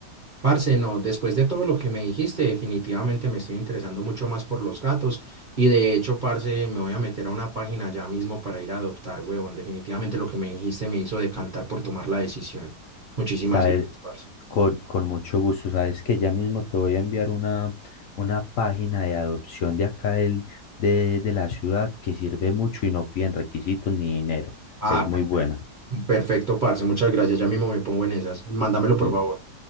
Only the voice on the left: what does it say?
Sabes,
con, con mucho gusto, sabes que ya mismo te voy a enviar una, una página de adopción de acá del, de, de la ciudad que sirve mucho y no piden requisitos ni dinero.
Es muy
buena.
L-